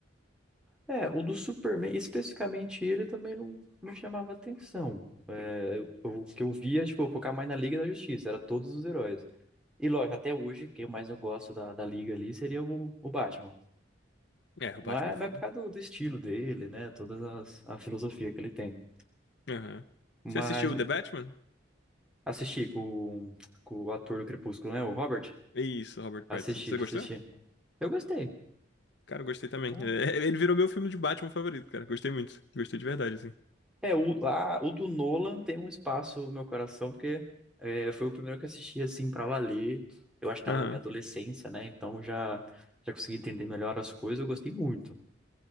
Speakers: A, in the centre; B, on the left.
A: É, o do Superman, especificamente ele, também não me chamava atenção. É, eu- o que eu via, tipo, eu focava mais na Liga da Justiça, era todos os heróis. E lógico, até hoje, quem mais eu gosto da, da Liga ali seria o, o Batman.
B: É, o
A: Mas,
B: Batman é
A: mas
B: foda.
A: é por causa do, do estilo dele, né? Toda as- a filosofia que ele tem.
B: Aham.
A: Mas
B: Você assistiu The Batman?
A: assisti com, o- com o ator do Crepúsculo, né? O Robert.
B: Isso, Robert
A: Assisti,
B: Pattinson. Você gostou?
A: assisti. Eu gostei.
B: Cara, eu gostei também.
A: Ah,
B: É, é, ele virou meu filme de Batman favorito, cara. Gostei muito. Gostei de verdade, assim.
A: É, o, ah, o do Nolan tem um espaço no meu coração, porque é, foi o primeiro que eu assisti, assim, pra valer. Eu acho que tava
B: Aham.
A: na minha adolescência, né? Então já, já consegui entender melhor as coisas, eu gostei muito.